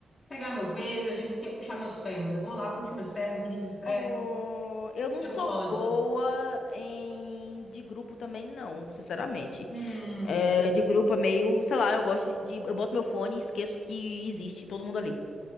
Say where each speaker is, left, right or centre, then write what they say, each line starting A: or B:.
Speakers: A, on the left; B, on the left.
A: Pegar meu peso, eu digo que é puxar meus ferros. Eu vou lá, puxo meus ferros, me desestresso.
B: Oh, eu não
A: Eu
B: sou
A: gosto.
B: boa em de grupo também, não, sinceramente.
A: Hum,
B: É, de grupo é meio, sei lá, eu gosto de. Eu boto meu fone e esqueço que existe todo mundo ali.